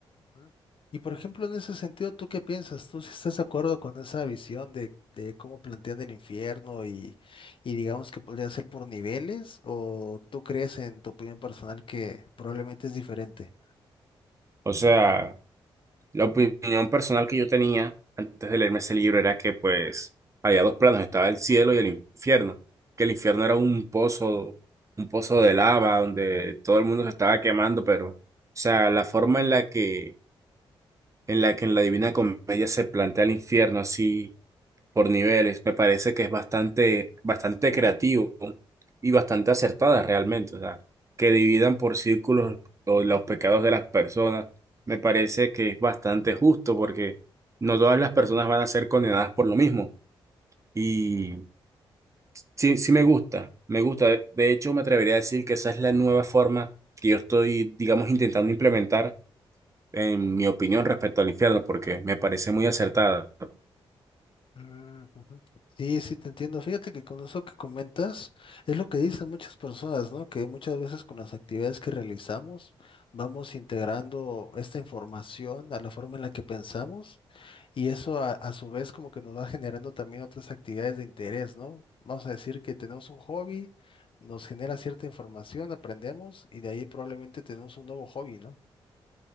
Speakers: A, on the left (about 55°); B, on the right (about 30°).
A: mm. Y por ejemplo, en ese sentido, ¿tú qué piensas? ¿Tú sí estás de acuerdo con esa visión de, de cómo plantean el infierno y, y digamos que podría ser por niveles? ¿O tú crees en tu opinión personal que probablemente es diferente?
B: O sea, la opinión personal que yo tenía antes de leerme ese libro era que pues había dos planos, estaba el cielo y el infierno, que el infierno era un pozo, un pozo de lava donde todo el mundo se estaba quemando, pero, o sea, la forma en la que, en la que en la Divina Comedia se plantea el infierno así por niveles. Me parece que es bastante, bastante creativo y bastante acertada realmente. O sea, que dividan por círculos o los pecados de las personas, me parece que es bastante justo porque no todas las personas van a ser condenadas por lo mismo. Y sí, sí me gusta, me gusta. De de hecho, me atrevería a decir que esa es la nueva forma que yo estoy, digamos, intentando implementar en mi opinión respecto al infierno, porque me parece muy acertada.
A: Mm, ujú. Sí, sí, te entiendo. Fíjate que con eso que comentas es lo que dicen muchas personas, ¿no? Que muchas veces con las actividades que realizamos vamos integrando esta información a la forma en la que pensamos y eso a, a su vez como que nos va generando también otras actividades de interés, ¿no? Vamos a decir que tenemos un hobby, nos genera cierta información, aprendemos y de ahí probablemente tenemos un nuevo hobby, ¿no?